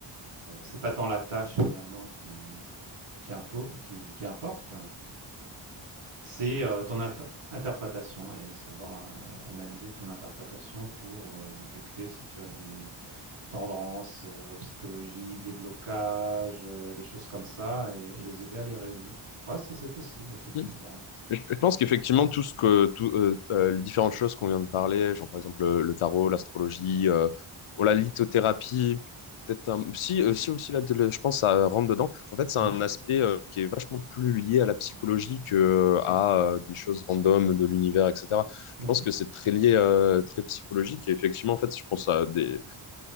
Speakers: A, on the right (about 85°); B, on the left (about 75°).
A: Euh, c'est pas tant la tâche finalement qui, qui, impo- qui, qui importe, c'est euh, ton imp- interprétation et savoir euh, analyser ton interprétation pour euh, détecter si tu as des, tendances euh, psychologiques, des blocages, euh, des choses comme ça, et, et les aider à les résoudre. Ouais, ça c'est possible, effectivement.
B: Mhm. Je je pense qu'effectivement, tout ce que, tout, euh, euh, les différentes choses qu'on vient de parler, genre par exemple le, le tarot, l'astrologie, euh, ou la lithothérapie, peut-être un... si, euh, si aussi là, je pense que ça rentre dedans. En fait, c'est
A: ouais.
B: un
A: Mhm,
B: aspect euh, qui est vachement plus lié à la psychologie que euh, à euh, des choses random de l'univers, etc.
A: mhm.
B: Je pense que c'est très lié, euh, très psychologique. Et effectivement, en fait, je pense à des,